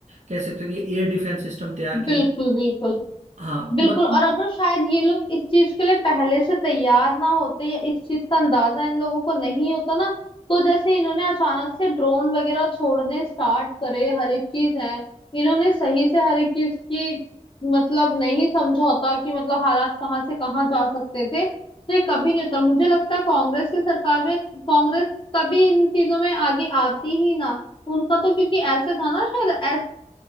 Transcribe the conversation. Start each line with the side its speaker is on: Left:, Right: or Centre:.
Right: कह सकते हो कि एयर डिफेंस सिस्टम तैयार
Left: बिल्कुल
Right: किए
Left: बिल्कुल
Right: हाँ
Left: बिल्कुल
Right: मतलब
Left: और अगर शायद ये लोग इस चीज के लिए पहले से तैयार ना होते या इस चीज का अंदाजा इन लोगों को नहीं होता ना तो जैसे इन्होंने अचानक से ड्रोन वगैरह छोड़ने स्टार्ट करे हर एक चीज है इन्होंने सही से हर एक चीज की मतलब नहीं समझा होता कि मतलब हालात कहाँ से कहाँ जा सकते थे तो ये कभी नहीं होता मुझे लगता है कांग्रेस की सरकार में कांग्रेस कभी इन चीजों में आगे आती ही ना उनका तो क्योंकि ऐसे था ना शायद ऐस